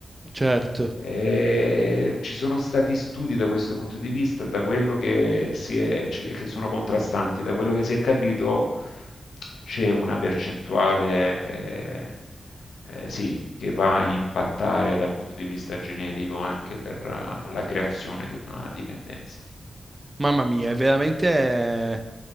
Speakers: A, on the right (about 30°); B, on the left (about 80°).
A: Certo.
B: E ci sono stati studi da questo punto di vista, da quello che, si è, che sono contrastanti, da quello che si è capito c'è una percentuale eh, eh, sì, che va a impattare dal punto di vista genetico anche per uh, la creazione di una dipendenza.
A: Mamma mia, è veramente